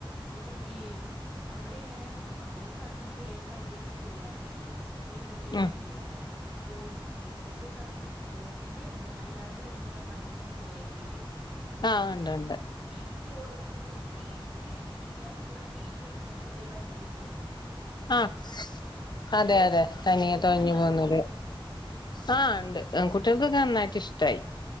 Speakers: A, in the centre; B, on the left.
A: പിന്നെ ഈ അവിട് ടെ ഇങ്ങനെ ഒരു സ്ഥലത്ത്ന്ന് വേറെ സ്ഥലത്തേക്ക് പോവാനായിട്ട് ഒര് ഇതൊക്കെ
B: ഉം
A: ഇല്ലേ അവിട ബോട്ട് ബോട്ട് സർവീസ് ബോട്ടിന്റെ ഇണ്ട് അല്ലാണ്ട് തന്നെ വഞ്ചി പോലെയൊക്കെ ഇല്ലേ
B: ആഹ് ഇണ്ട് ണ്ട്
A: സീറ്റ് ഓട് സ സീറ്റ് ഇരിക്കാനുള്ള സീറ്റ് ഉൾപ്പെടെ ഉള്ള ഒരു വഞ്ചി ഇ ണ്ടല്ലോ
B: ആഹ് അതെ അതെ തനിയ തൊഴഞ്ഞു
A: അതിനകത്ത്
B: പോന്നല് ആഹ് ഇണ്ട് കുട്ടിയാൾക്കൊക്കെ നന്നായിട്ട് ഇഷ്ടായി